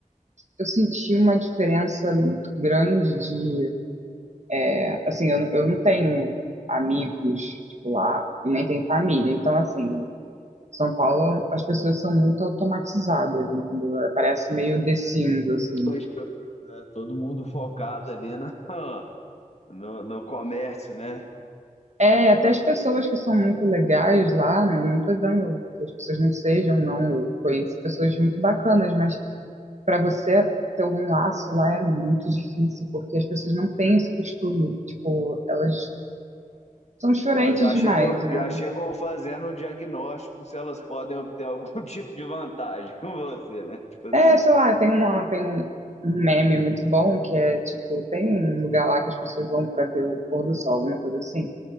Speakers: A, on the right (about 55°); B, on the left (about 50°).
A: eu senti uma diferença muito grande de, é, assim, eu, não- eu não tenho amigos, tipo, lá, e nem tenho família, então, assim, São Paulo, as pessoas são muito automatizadas, entendeu? Parece meio The Sims, assim.
B: Pois é, todo mundo focado ali no, <laughs> no, no comércio, né?
A: É, até
B: No-
A: as pessoas que são muito legais lá, né? Não tô dizendo que as pessoas não sejam, não. Eu conheço pessoas muito bacanas, mas para você ter algum laço lá é muito difícil, porque as pessoas não têm esse costume. Tipo, elas são diferentes
B: Elas já
A: demais,
B: chegam,
A: né?
B: já chegam fazendo o diagnóstico se elas podem obter algum <laughs> tipo de vantagem com você, né? Tipo assim.
A: É, sei lá, tem uma, tem um um meme muito bom que é tipo, tem um lugar lá que as pessoas vão para ver o pôr do sol, alguma coisa assim.